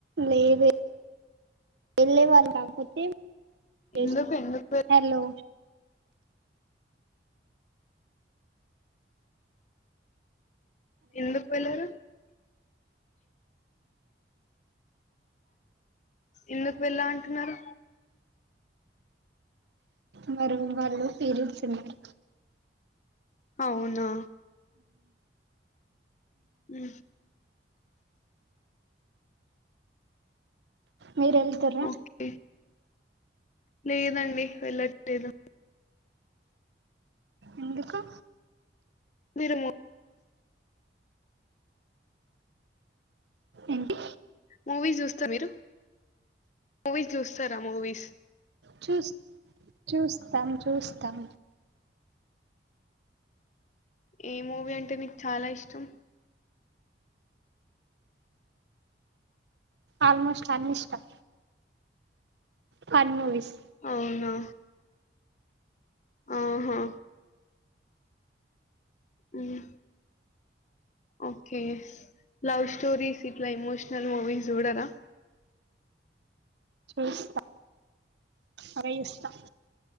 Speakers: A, on the right; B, on the left.
A: లేదు వెళ్లే వాల్ కాకపోతే చేసిన
B: ఎందుకు ఎందుకు వె-
A: హలో
B: ఎందుకు వెళ్లరు ఎందుకు వెళ్ళా అంటున్నారు
A: మ రూమ్ వాళ్ళు పీరియడ్స్ ఉన్నారు
B: అవునా ఇ
A: మీరు ఎల్తూ ర్రా
B: ఓకే లేదండి వెళ్ళట్లేదు
A: ఎందుకు
B: మీరు
A: ఏంటి
B: మూవీస్ చూస్తారు మీరు మూవీస్ చూస్తారా మూవీస్
A: చూ చూస్తాం చూస్తాం
B: ఏ మూవీ అంటే నీకు చాలా ఇష్టం
A: ఆల్మోస్ట్ అన్నీ ఇష్టం ఫన్ మూవీస్
B: అవునా ఆహా ఉమ్ ఓకే లవ్ స్టోరీస్ ఇట్లా ఇమోషనల్ మూవీస్ చూడరా
A: చూస్తా అవే చూస్తా